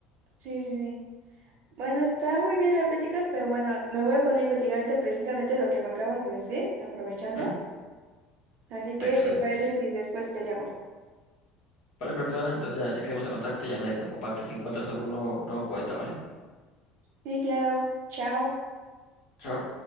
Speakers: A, on the right (about 55°); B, on the left (about 60°).
A: Sí, sí, sí. Bueno, está muy bien la plática, pero bueno, me voy a poner a investigar ahorita precisamente lo que me acabas de decir, aprovechando.
B: ¿Mm?
A: Así que,
B: Excelente.
A: ¿te parece si después te llamo?
B: Vale, perfecto, Ana. Entonces ya, ya quedamos en contacto, ya me, me compartes si encuentras algún nuevo, nuevo poeta, ¿vale?
A: Sí, claro. Chao.
B: Chao.